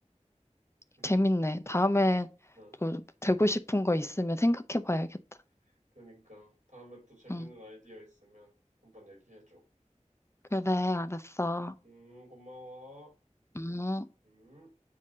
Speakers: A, on the right (about 75°); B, on the left (about 20°).
A: 그니까.
B: 재밌네. 다음에
A: 응,
B: 또 되고 싶은 거 있으면 생각해 봐야겠다.
A: 응. 그니까 다음에 또 재밌는
B: 응.
A: 아이디어 있으면 한번 얘기해줘.
B: 그래, 알았어.
A: 음, 고마워.
B: 음.
A: 음.